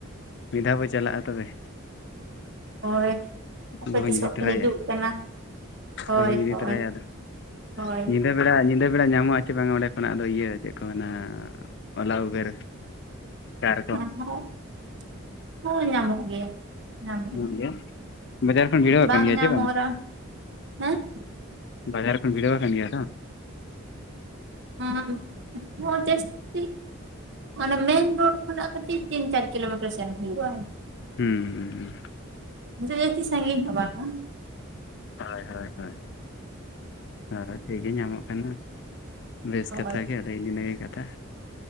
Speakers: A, on the left; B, on the right.
A: ᱢᱤᱫ ᱫᱷᱟᱹᱣ ᱵᱚ ᱪᱟᱞᱟᱜᱼᱟ ᱛᱚᱵᱮ᱾
B: ᱦᱳᱭ ᱾ ᱟᱯᱮ
A: ᱵᱟᱹᱦᱩᱧ
B: ᱛᱤᱥᱚᱜ
A: ᱤᱫᱤ ᱛᱚᱨᱟᱭᱟ
B: ᱯᱮ ᱦᱤᱡᱩᱜ ᱠᱟᱱᱟ? ᱦᱳᱭ
A: ᱵᱟᱹᱦᱩᱧ ᱤᱫᱤ
B: ᱦᱳᱭ
A: ᱛᱚᱨᱟᱭᱟ ᱟᱫᱚ
B: ᱦᱳᱭ ᱾
A: ᱧᱤᱫᱟᱹ ᱵᱮᱲᱟ ᱧᱤᱫᱟᱹ ᱵᱮᱲᱟ ᱧᱟᱢᱚᱜ ᱟᱥᱮ ᱵᱟᱝᱟ ᱚᱸᱰᱮ ᱠᱷᱚᱱᱟᱜ ᱟᱫᱚ ᱤᱭᱟᱹ ᱪᱮᱫ ᱠᱚ ᱢᱮᱱᱟ ᱚᱞᱟ ᱩᱵᱮᱨ? ᱠᱟᱨ
B: <unintelligible>
A: ᱠᱚ
B: ᱦᱳᱭ ᱧᱟᱢᱚᱜ ᱜᱮᱭᱟ, ᱧᱟᱢ ᱜᱮ
A: ᱧᱟᱢᱚᱜ ᱜᱮᱭᱟ
B: ᱾
A: ᱵᱟᱡᱟᱨ ᱠᱷᱚᱱ ᱵᱷᱤᱲᱟᱹᱣ
B: ᱵᱟᱝ
A: ᱟᱠᱟᱱ ᱜᱮᱭᱟ
B: ᱧᱟᱢᱚᱜᱼᱟ
A: ᱪᱮ
B: ᱾ ᱦᱮᱸ ᱾
A: ᱵᱟᱡᱟᱨ ᱠᱷᱚᱱ ᱵᱷᱤᱲᱟᱹᱣᱟ ᱟᱠᱟᱱ ᱜᱮᱭᱟ ᱛᱚ?
B: ᱦᱟᱸᱱ <unintelligible> ᱡᱟᱹᱥᱛᱤ ᱚᱱᱮ ᱢᱮᱱ ᱨᱚᱰ ᱠᱷᱚᱱᱟᱜ ᱠᱟᱹᱴᱤᱡ ᱛᱤᱱ ᱪᱟᱨ ᱠᱤᱞᱚᱢᱤᱴᱟᱹᱨ ᱥᱮᱱ ᱦᱩᱭᱩᱜᱼᱟ ᱾
A: ᱦᱩᱸ ᱦᱩᱸ ᱦᱩᱸ ᱾
B: ᱡᱮ ᱡᱟᱹᱥᱛᱤ ᱥᱟᱺᱜᱤᱧ ᱦᱚᱸ ᱵᱟᱝᱟ ᱾
A: ᱦᱚᱭ ᱦᱚᱭ ᱦᱚᱭ ᱦᱚᱭ ᱾ ᱦᱚᱭ ᱴᱷᱤᱠ ᱜᱮ ᱧᱟᱢᱚᱜ ᱠᱟᱱᱟ ᱵᱮᱥ
B: ᱦᱳᱭ
A: ᱠᱟᱛᱷᱟ ᱜᱮ ᱟᱰᱤ ᱱᱤᱱᱟᱹᱜᱮ ᱠᱟᱛᱷᱟ,